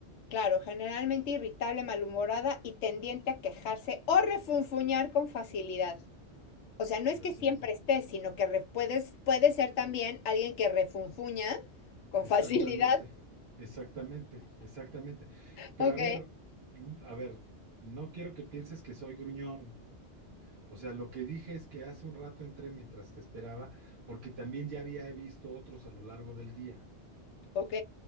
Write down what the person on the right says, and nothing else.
Así
es.
Exactamente,
exactamente, exactamente. Pero
a ver, n- a ver, no quiero que pienses que soy gruñón. O sea, lo que dije es que hace un rato entré mientras te esperaba, porque también ya había visto otros a lo largo del día.